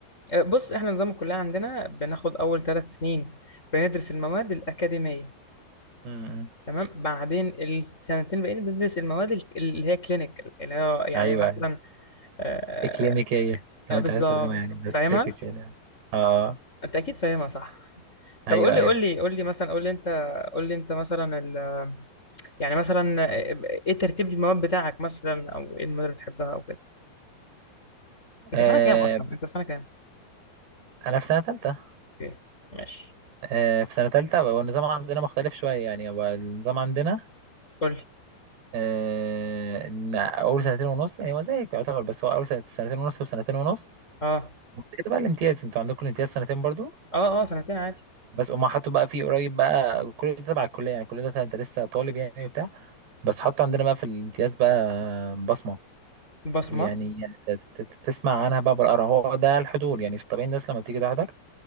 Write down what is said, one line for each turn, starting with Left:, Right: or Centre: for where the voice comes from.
Left: آه، بص إحنا نظام الكلية عندنا بناخد أول ثلاث سنين بندرس المواد الأكاديمية
Right: امم
Left: تمام بعدين السنتين الباقيين بندرس المواد ال- اللي هي كلينيكال اللي هو يعني
Right: ايوه
Left: مثلا
Right: ايوه
Left: آه،
Right: اكلينيكية لو
Left: آه، بالظبط
Right: انت عايز ترجمة يعني بس
Left: فاهمها
Right: فاكس يعني اه
Left: انت اكيد فاهمها صح طب
Right: ايوه
Left: قول لي
Right: ايوه
Left: قول لي قول لي مثلا قول لي انت قول لي انت مثلا ال... يعني مثلا آه، ايه ترتيب المواد بتاعك مثلا او ايه المواد اللي بتحبها او كده انت
Right: آه
Left: في سنه كام اصلا انت في سنه كام
Right: انا في سنة تالتة
Left: اوكي ماشي
Right: آه، في سنة تالتة بقى النظام عندنا مختلف شوية يعني هو النظام عندنا
Left: قول لي
Right: آه، إن اول سنتين ونص يعني هو زيك يعتبر بس هو اول سنة- سنتين ونص وسنتين ونص
Left: اه
Right: وبعد كده بقى الامتياز انتوا عندكم الامتياز سنتين برضو
Left: اه اه سنتين عادي
Right: بس هما حطوا بقى فيه قريب بقى كل ده تبع الكليه يعني كل ده انت لسه طالب يعني وبتاع بس حطوا عندنا بقى في الامتياز بقى بصمه
Left: بصمه
Right: ويعني ت- ت- ت- تسمع عنها بقى بالقرا هو ده الحضور يعني في الطبيعي الناس لما بتيجي تحضر